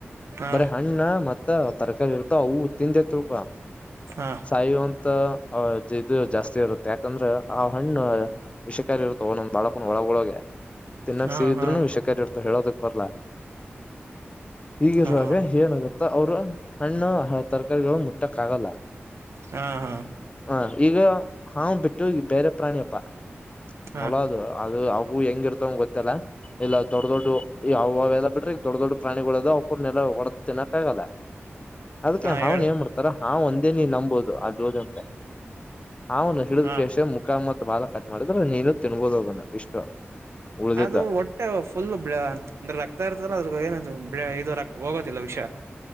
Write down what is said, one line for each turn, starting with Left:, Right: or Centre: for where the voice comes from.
Right: ಹಾ
Left: ಬರ ಹಣ್ಣ ಮತ್ತ ತರಕಾರಿ ಇರ್ತ ಅವು ತಿಂದೆ ತಿಳ್
Right: ಹಾ
Left: ಸಾಯು ಅಂತ ಇದು ಜಾಸ್ತಿ ಇರುತ್ತೆ ಯಾಕಂದ್ರೆ ಆ ಹಣ್ಣ ವಿಷಿಕಾರಿ ಇರುತ್ತೆ ಒನೊಂದ ಬಾಳಕನ್ ಒಳಗೊಳಗೆ ತಿನ್ನಾಕ್
Right: ಹಾ
Left: ಸೀ ಇದ್ರೂನು
Right: ಹಾ
Left: ವಿಷೆಾ ಇತ ಹೇಳೋದಕ್ ಬರ್ಲ ಹೀಗಿರುವಾಗ
Right: ಹಾ
Left: ಏನಗುತ್ತಾ ಅವರು ಹಣ್ಣ ತರಕಾರಿಗಳು ಮುಟ್ಟ ಕಾಗಲ್ಲ
Right: ಹಾ ಹಾ
Left: ಹ ಈಗ ಹಾ ಬಿಟ್ಟು ಈಗ ಬೇರೆ ಪ್ರಾಣಿಯಪ್ಪ
Right: ಹಾ
Left: ಮೊಲ ಅದು ಅದು ಅದು ಅವು ಹೆಂಗ ಇರ್ತವಂಗ ಗೊತ್ತಿಲ್ಲ ಇಲ್ಲ ದೊಡ್ಡ ದೊಡ್ಡ ಯಾವೆಲ್ಲ ಬಿಟ್ರೆ ಈ ದೊಡ್ಡ ದೊಡ್ಡ ಪ್ರಾಣಿಗಳುದಾವ ಅವಕನೆಲ್ಲ ಹೊಡೆಡ ತಿನ್ನಕ್ ಆಗಲ್ಲ ಅದಕ್ಕೆ
Right: ಹಾ ಹೇಳ
Left: ಅವ್ನ್ ಏನ್ ಮಾಡತ ಹಾ ಒಂದೇ ನೀನ್ ನಂಬೋದು ಅಲ್ಲಿ ಹೋದಂದ್ರೆ ಹಾವನು ಹಿಡಿದ್
Right: ಹಾ
Left: ಕೇಶ ಮುಖಾಮತ್ ಬಾಲ ಕಟ್ ಮಾಡಿದ್ರೆ ನೀನು ತಿನ್ಬೋದು ಅದನ್ನ ಇಷ್ಟು ಉಳ್ದಿದ್ದ
Right: ಅದು ಹೊಟ್ಟೆ ಫುಲ್ಲ ಅಂದ್ರೆ ರಕ್ತ ಇರ್ತಲ್ಲ ಅದ್ರ ಬಗ್ಗೆ ಇದು ಹೋಗೋದಿಲ್ಲ ವಿಷ